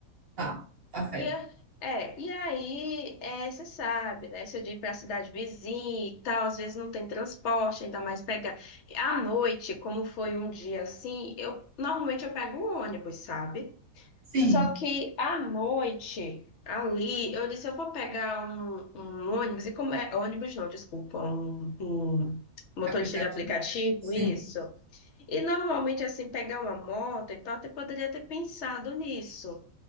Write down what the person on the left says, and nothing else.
E, a- é, e aí, é, você sabe, né? Se eu de ir para a cidade vizinha e tal, às vezes não tem transporte, ainda mais pegar. À noite, como foi um dia assim, eu normalmente eu pego o ônibus, sabe?
Só que à noite, ali, eu disse, eu vou pegar um, um ônibus, e como é ônibus não, desculpa, um, um motorista
de aplicativo,
isso. E normalmente, assim, pegar uma moto e tal, até poderia ter pensado nisso.